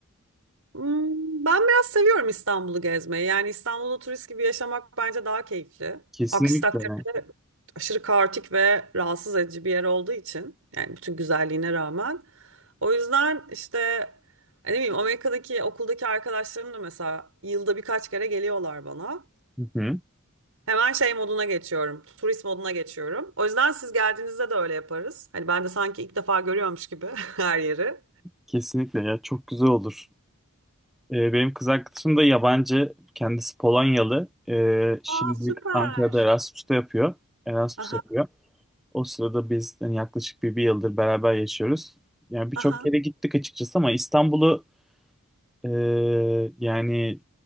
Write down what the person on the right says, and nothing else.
Hmm, ben biraz seviyorum İstanbul'u gezmeyi. Yani İstanbul'u turist gibi yaşamak bence daha keyifli.
Aksi takdirde aşırı kaotik ve rahatsız edici bir yer olduğu için yani bütün güzelliğine rağmen. O yüzden işte hani ne bileyim Amerika'daki okuldaki arkadaşlarım da mesela yılda birkaç kere geliyorlar bana.
Hemen şey moduna geçiyorum. Turist moduna geçiyorum. O yüzden siz geldiğinizde de öyle yaparız. Hani ben de sanki ilk defa görüyormuş gibi <laughs> her yeri.
Aa süper.
Aha,
aha.